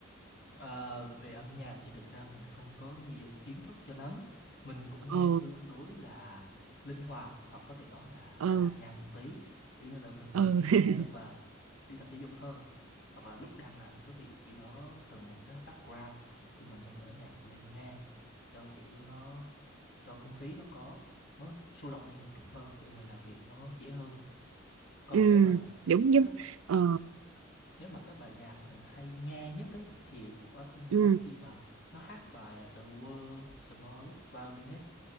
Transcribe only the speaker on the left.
Ờ, về âm nhạc thì thực ra mình không có nhiều kiến thức cho lắm mình cũng nghe
tương đối là linh hoạt hoặc có thể nói là
hơi tạp nham một tí kiểu như là mình
đi chỉ
nghe lúc mà đi tập thể dục thôi hoặc là lúc đang làm cái việc gì đó cần một cái background thì mình hay mở nhạc lên nghe cho kiểu nó cho không khí nó có nó sôi động lên một chút thôi để mình làm việc nó dễ hơn còn
nếu mà
cái
Nếu mà cái bài nhạc mình hay nghe nhất ấy thì của cái nhóm
chi mà nó hát bài, à, The World Smallest Violin ấy,